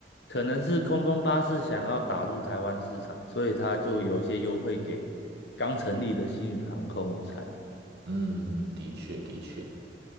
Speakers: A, on the left (about 80°); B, on the right (about 70°).
A: 可能是空中巴士想要打入台湾市场，所以他就有些优惠给刚成立的星宇航空，我猜。
B: 嗯，的确的确。